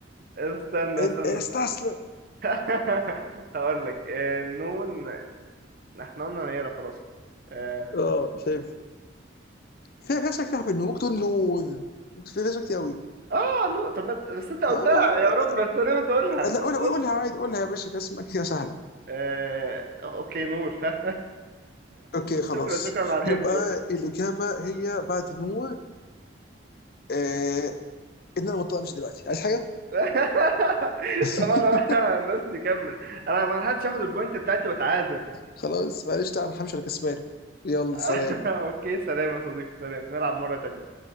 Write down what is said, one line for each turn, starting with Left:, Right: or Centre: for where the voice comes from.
Right: استنى
Left: انت-
Right: استنى
Left: استسلم
Right: <laughs> هقول لك آه، نون احنا قلنا نيرة خلاص اه
Left: اه شايف في في اشياء كتير في النور ممكن تقول نور ممكن في في اشياء كتير قوي
Right: آه، نون طب بت- بس انت قلتها
Left: آه
Right: يا رب بس ليه بتقولها
Left: لا
Right: ما
Left: قولها
Right: تقولش
Left: قولها عادي قولها يا باشا في اسماء كتير سهله
Right: آه، اوكي نور <laughs>
Left: اوكي خلاص
Right: شكرا شكرا على الهنت
Left: يبقى
Right: يعني.
Left: الاجابه هي بعد نوع آه ان انا مضطر امشي دلوقتي عايز حاجه
Right: <laughs>
Left: <laughs>
Right: طبعا أنا- الناس تكمل انا ما لحقتش اخد البوينت بتاعتي واتعادل
Left: خلاص معلش تعال انا همشي انا كسبان يلا
Right: <laughs>
Left: سلام
Right: اوكي سلام يا صديقي سلام نلعب مرة تانية